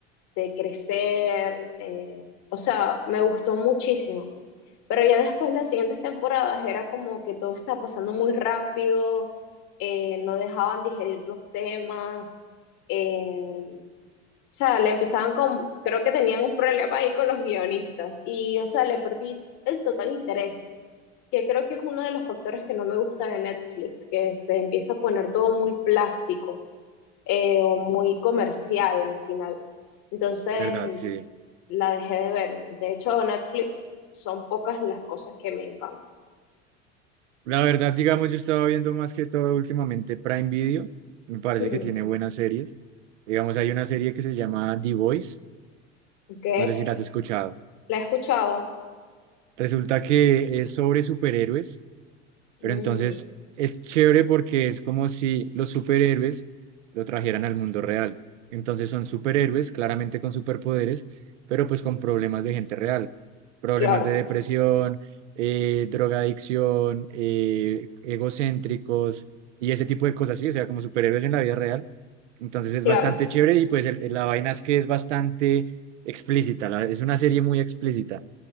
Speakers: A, on the left; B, on the right.
A: de crecer, eh, o sea, me gustó muchísimo. Pero ya después, las siguientes temporadas, era como que todo estaba pasando muy rápido, eh, no dejaban digerir los temas, eh, o sea, le empezaban con, creo que tenían un problema ahí con los guionistas y, o sea, le perdí el total interés, que creo que es uno de los factores que no me gusta de Netflix, que se empieza a poner todo muy plástico eh, o muy comercial al final. Entonces,
B: ¿Verdad? Sí.
A: la dejé de ver. De hecho, Netflix son pocas las cosas que me encantan.
B: La verdad, digamos, yo estaba viendo más que todo últimamente Prime Video. Me parece
A: Mm.
B: que tiene buenas series. Digamos, hay una serie que se llama The Voice.
A: Ok,
B: No sé si la has escuchado.
A: la he escuchado.
B: Resulta que es sobre superhéroes Pero
A: Mm,
B: entonces es chévere porque es como si los superhéroes lo trajeran al mundo real. Entonces son superhéroes, claramente con superpoderes, pero pues con problemas de gente real, problemas
A: claro,
B: de depresión, eh, drogadicción, eh, egocéntricos y ese tipo de cosas, sí, o sea, como superhéroes en la vida real. Entonces es
A: claro.
B: bastante chévere y pues el- la vaina es que es bastante explícita, la- es una serie muy explícita,